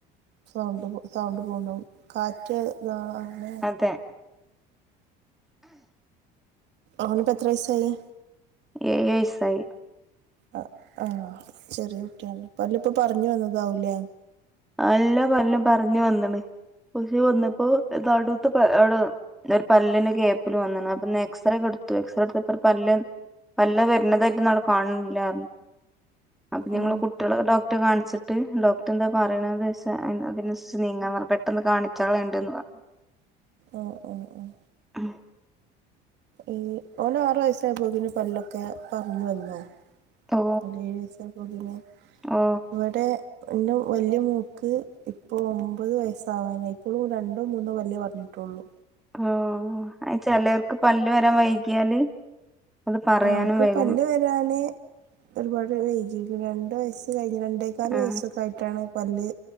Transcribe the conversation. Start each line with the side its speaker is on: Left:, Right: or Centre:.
Right: സൗണ്ട് പൊ സൗണ്ട് പോവ്ണ്ടാവും കാറ്റ് താണ്
Centre: തെ
Right: ഓനിപ്പോത്ര വയസ്സായി
Centre: ഏഴ് വയസ്സായി
Right: ആഹ് ആഹ് ചെറിയ കുട്ടി ആണല്ലേ പല്ല് ഇപ്പോ പറഞ്ഞു വന്നതാവൂല്ലേ
Centre: അല്ല പല്ലും പർഞ് വന്നണ് പുത്യേ വന്നപ്പോ എല്ലാടു <unintelligible> ഒന്റരു പല്ലിന് കേപ്പില് വന്നിണ്, അപ്പോ ഇന്ന് എക്സറേ എടുത്തു എക്സറേ എടുത്തപ്പോ ഒരു പല്ല് വല്ല വരുന്നതായിട്ട് നട കാണില്യ അപ്പൊ ഞങ്ങള്
Right: ആ
Centre: കുട്ട്യള ഡോക്ട്ടെ കാണിച്ചിട്ട് ഡോക്ടർ എന്താ പറിണേന്താച്ചാ അതിനുസരിച്ച് നീങ്ങാ പെട്ടെന്ന് കാണിച്ചാളുണ്ട്ന്ന് പ
Right: ആഹ് ആഹ് ആഹ്
Centre: ഉം
Right: എഹ് ഓനാറ് വയസ്സായപ്പോത്തിനും പല്ലൊക്കെ പറഞ്ഞു വന്നോ
Centre: ഓ
Right: അല്ലേ എഴ്യസ്സാപൊക്കിന്ന്
Centre: ഓ
Right: വ്ടെ ഇന്റെ വല്യ മോൾക് ഇപ്പോ ഒമ്പത് വയസ്സാവാനായി ഇപ്പോഴും രണ്ടോ മൂന്നോ പല്ലേ പറഞ്ഞിട്ടുള്ളൂ
Centre: ആഹ് അചെലർക്ക് പല്ല് വരാൻ വൈകിയാല് അത് പറയാനും
Right: ആഹ് ഓക്
Centre: വൈകും
Right: പല്ല് വരാ ആന് ഒരുപാട് വായിഗിക്ണ് രണ്ട് വയസ്സ് കഴിഞ്ഞ് രണ്ടെ ക്കാൽ
Centre: ആ
Right: വയസ്സൊക്കെ ആയിട്ടാണ് പല്ല്